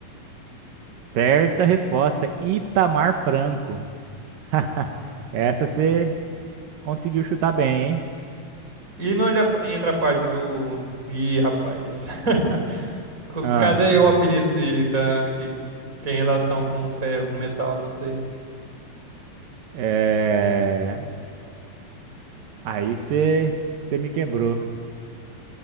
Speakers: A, on the right; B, on the right.
A: Certa resposta, Itamar Franco. <laughs> Essa você Conseguiu chutar bem, hein?
B: E não entra a parte do... Ih, rapaz. <laughs> Co-
A: Ah,
B: Cadê o apelido dele da, que tem relação com ferro, com metal, não sei.
A: é... Aí você me quebrou.